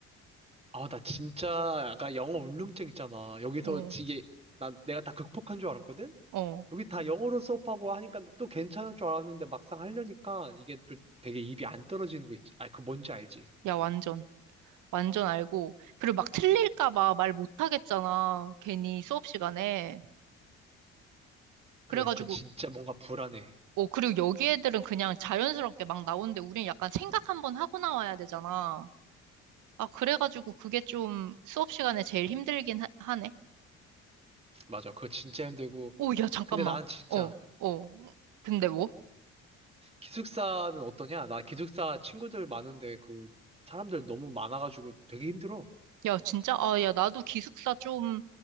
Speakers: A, on the right; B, on the right.
A: 아, 나 진짜 약간 영어 울렁증 있잖아. 여기서
B: 어,
A: 이게 난 내가 다 극복한 줄 알았거든?
B: 어.
A: 여기 다 영어로 수업하고 하니까 또 괜찮을 줄 알았는데 막상 하려니까 이게 또 되게 입이 안 떨어지는 거 있지. 아, 그 뭔지 알지?
B: 야, 완전. 완전 알고. 그리고 막 틀릴까 봐 말 못 하겠잖아. 괜히 수업 시간에.
A: 그러니까
B: 그래가지고,
A: 그 진짜 뭔가 불안해.
B: 어, 그리고 여기 애들은 그냥 자연스럽게 막 나오는데 우린 약간 생각 한번 하고 나와야 되잖아. 아, 그래가지고 그게 좀 수업 시간에 제일 힘들긴 하, 하네.
A: 맞아. 그거 진짜 힘들고.
B: 오, 야, 잠깐만.
A: 근데 나는 진짜
B: 어, 어. 근데 뭐?
A: 기숙사는 어떠냐? 나 기숙사 친구들 많은데 그 사람들 너무 많아가지고 되게 힘들어.
B: 야, 진짜? 아, 야, 나도 기숙사 좀,